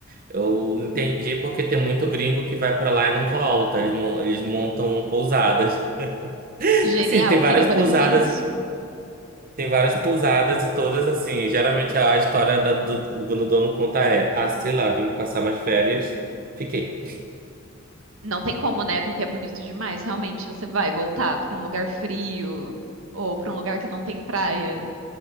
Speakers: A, on the right (about 45°); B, on the right (about 70°).
A: Eu entendi porque tem muito gringo que vai pra lá e não volta. Eles, mon- eles montam pousadas. <laughs>
B: Genial,
A: Assim, tem
B: queria
A: várias
B: poder
A: pousadas,
B: fazer isso.
A: e- tem várias pousadas e todas assim. Geralmente a história da, do, quando o dono conta é: ah, sei lá, vim passar umas férias, fiquei.
B: Não tem como, né? Porque é bonito demais. Realmente, você vai voltar pra um lugar frio ou pra um lugar que não tem praia.